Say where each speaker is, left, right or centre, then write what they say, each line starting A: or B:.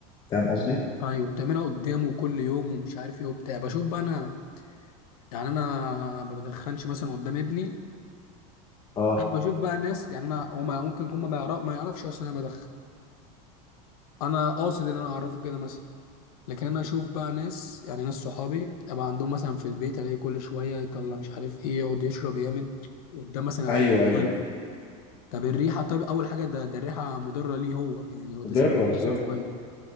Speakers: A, on the left; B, on the left.
A: فاهم قصدي؟
B: ايوه بتعملها قدامه كل يوم ومش عارف ايه وبتاع بشوف بقى انا يعني انا ما بدخنش مثلا قدام ابني
A: اه
B: بشوف بقى ناس يعني انا هو ما- ممكن يكون ما بيعرف ما يعرفش اصلا انا بدخن انا قاصد ان انا اعرفه كده مثلا لكن انا اشوف بقى ناس يعني ناس صحابي ابقى عندهم مثلا في البيت الاقي كل شويه يطلع مش عارف ايه يقعد يشرب يعمل قدام مثلا
A: ايوه
B: عيال
A: ايوه
B: كتير طب الريحه طيب اول حاجه ده ده الريحه مضره ليه هو يعني هو ده
A: مضره
B: سن لسه
A: بالظبط
B: صغير